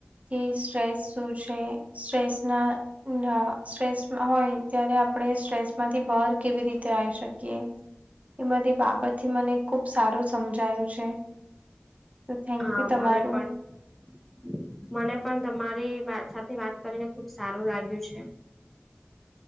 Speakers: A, on the right; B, in the centre.
A: કે સ્ટ્રેસ શું છે? સ્ટ્રેસ ના સ્ટ્રેસ હોય ત્યારે આપણે સ્ટ્રેસમાંથી બહાર કેવી રીતે આવી શકીએ? એ બધી બાબતથી મને ખૂબ સારું સમજાયું છે. તો થેન્ક
B: હા
A: યુ તમારું.
B: મને પણ <inaudible> મને પણ તમારી સાથે વાત કરીને ખુબ સારું લાગ્યું છે. <inaudible>